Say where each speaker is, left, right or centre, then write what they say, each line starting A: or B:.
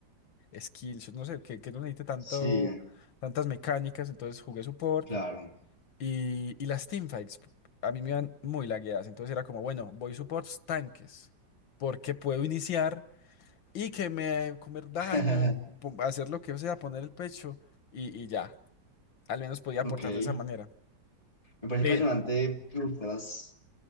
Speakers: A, on the left; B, on the left.
A: skills, no sé, que, que no necesite tanto,
B: sí,
A: tantas mecánicas, entonces jugué support.
B: claro.
A: Y, y las teamfights a mí me iban muy lagueadas, entonces era como, bueno, voy supports tanques, porque puedo iniciar y que me comer daño,
B: <laughs>
A: pum, hacer lo que sea, poner el pecho y, y ya. Al menos podía
B: Ok.
A: aportar de esa manera.
B: Me parece
A: Sí.
B: impresionante que buscaras